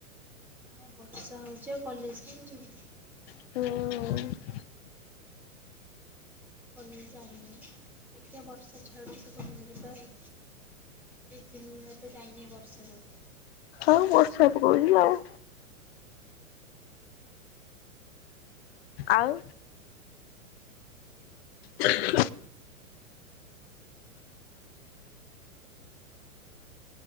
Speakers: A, in the centre; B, on the left (about 45°).
A: ହଁ ବର୍ଷା ହଉଛି ଆଉ କଲେଜ କେମିତି ଯିବି।
B: ହୁଁ।
A: କଲେଜ୍ ଯାଇନି ଦେଖିଆ ବର୍ଷା ଛାଡ଼ୁ ଗୋଟେ କୋଉଦିନ ଯିବା ଆଉ। ଦି ତିନି ଏ ତ ଯାଇନି ଏ ବର୍ଷା ଯୋଗୁଁ।
B: ଆଉ ବର୍ଷା ପକୋଉଚି ଆଉ। ଆଉ। ହ